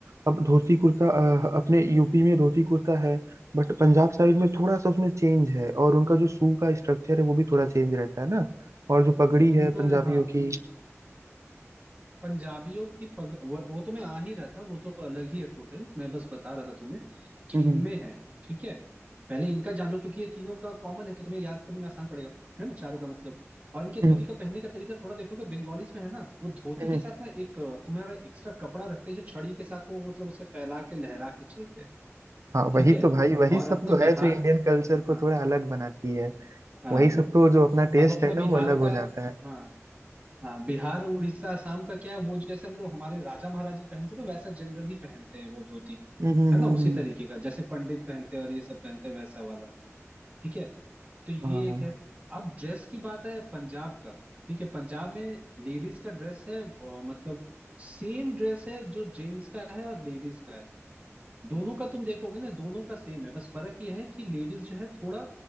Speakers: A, on the right; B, on the right.
A: अब धोती कुर्ता अ, अपने यूपी में धोती कुर्ता है बट पंजाब साइड में थोड़ा सा उसमें चेंज है और उनका जो सू का स्ट्रक्चर है वो भी थोड़ा चेंज रहता है ना और जो पगड़ी
B: उनका
A: है पंजाबियों
B: हाँ उन
A: की
B: पंजाबियों की पग वो, वो तो मैं आ ही रहा था वो तो अलग ही है टोटल मैं बस बता रहा था तुम्हें कि
A: हम्म
B: इनमें है ठीक है पहले इनका जान लो क्योंकि ये तीनों का कॉमन है तो तुम्हें याद करने में आसान पड़ेगा है ना चारों का मतलब और इनके धोती
A: हम्म
B: का पहनने का तरीका थोड़ा देखोगे बंगालीज में है ना वो धोती
A: हम्म,
B: के साथ ना एक अ, तुम्हारा एक्स्ट्रा कपड़ा रखते हैं जो छड़ी के साथ वो मतलब उसे फैला के लहरा के चलते हैं
A: हाँ वही
B: ठीक है
A: तो भाई वही
B: और
A: सब
B: अपने
A: तो
B: बिहार
A: है जो इंडियन कल्चर को
B: हाँ
A: थोड़ा अलग बनाती है
B: हाँ
A: वही सब तो जो अपना
B: अब
A: टेस्ट
B: अपना
A: है
B: बिहार
A: ना वो अलग हो
B: का
A: जाता है
B: हाँ हाँ बिहार और उड़ीसा असम का क्या है वो जैसे हम लोग हमारे राजा महाराजा पहनते थे वैसा जनरल ही पहनते हैं वो धोती
A: हम्म हम्म
B: है ना
A: हम्म,
B: उसी
A: हम्म,
B: तरीके का जैसे पंडित पहनते हैं और ये सब पहनते हैं वैसा वाला ठीक है तो ये
A: हाँ
B: एक है अब ड्रेस की बात है पंजाब का ठीक है पंजाब में लेडीज का ड्रेस है अ, मतलब सेम ड्रेस है जो जेंट्स का है और लेडीज का है दोनों का तुम देखोगे ना दोनों का सेम है बस फर्क ये है कि लेडीज जो है थोड़ा